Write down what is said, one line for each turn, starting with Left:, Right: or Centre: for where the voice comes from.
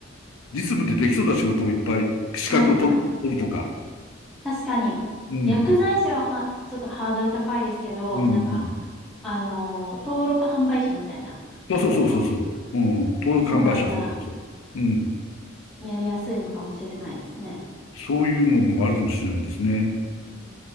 Left: 実務でできそうな仕事をいっぱい、資格を取取るとか。
Centre: はいはい。確かに、
Left: うん、
Centre: 薬剤師はは、ちょっとハードル高いですけど、
Left: うん、
Centre: なんか、
Left: うん。
Centre: あのー登録販売者みたいな、
Left: そうそうそうそうそう。
Centre: その、
Left: うん、登録販売者、
Centre: のだったら、
Left: そうそうそう。うん、
Centre: やりやすいのかもしれないですね。
Left: そういうのもあるかもしれないですね。
Centre: うん